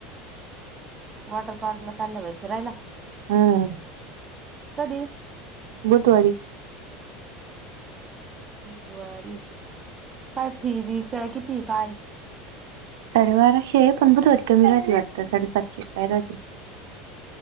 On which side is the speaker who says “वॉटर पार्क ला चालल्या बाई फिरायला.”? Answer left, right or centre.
Right